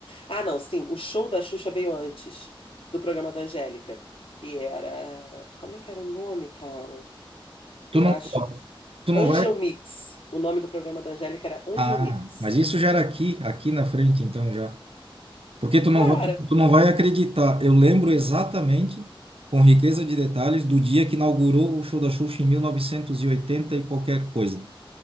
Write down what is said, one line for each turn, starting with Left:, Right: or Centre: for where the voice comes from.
Left: Ah, não, sim, o show da Xuxa veio antes do programa da Angélica, que era. Como é que era o nome, cara?
Right: Tu
Left: Eu
Right: não,
Left: acho que.
Right: tu não
Left: Angel
Right: vai
Left: Mix. O nome do programa da Angélica era Angel
Right: Ah,
Left: Mix.
Right: mas isso já era aqui, aqui na frente, então já. Porque tu não
Left: Cara,
Right: vai, tu, tu não vai acreditar. Eu lembro exatamente, com riqueza de detalhes, do dia que inaugurou o show da Xuxa em 1980 e oitenta e qualquer coisa.